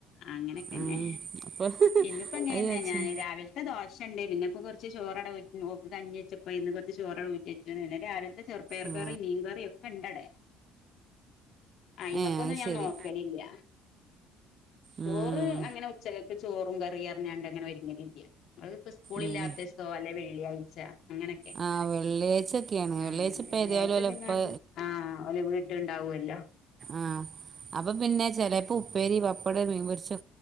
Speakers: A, on the left; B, on the right.
A: അങ്ങനൊക്കെന്നെ
B: ഉം അപ്പൊ
A: ഇന്നിപ്പോ എങ്ങനന്നെ
B: അത് വിചാരിച്ച്
A: ഞാൻ രാവിൽ ത്തെ ദോശണ്ട് പിന്നെപ്പൊ കുറച്ച് ചോറോട ഊ ഓക് കഞ്ഞിച്ചപ്പോ ഇന്ന് കുറച്ച് ചോറോട ഊറ്റെച്ണ് ല്ലേ രാവിൽത്തെ ചെറുപ്പയർ
B: ആ
A: കറി മീൻകറി ഒക്കെ ഇണ്ടട ആയിമക്കൊന്നും
B: ഏ അത്
A: ഞാൻ
B: ശരി
A: നോക്കലില്ല
B: ഉം
A: ചോറ് അങ്ങനെ ഉച്ചക്കത്ത ചോറും ക റിഅർഞ്ഞാണ്ട്ങ്ങനെ ഒര്ങ്ങലില്ല അഹ് പ സ്കൂളില്ലാത്തസ്ത്തോ
B: ഉം
A: അല്ലെവെള്ളിയാഴ്ച അങ്ങനെ ക്കെ
B: ആ വെള്ളിയാഴ്ചൊക്കെയാണ്
A: ആഹ്
B: ഇപ്പ
A: വെള്ളിയാഴ്ച
B: ഏതായാലും ഓലെ
A: പിന്നെ
B: ഇപ്പ
A: ആഹ് ഓല് വീ ട്ട് ഉണ്ടാവോല്ലോ
B: ആഹ് അപ്പൊ പിന്നെ ചെലേപ്പോ ഉപ്പേരി പപ്പട മീൻപൊരിച്ചോ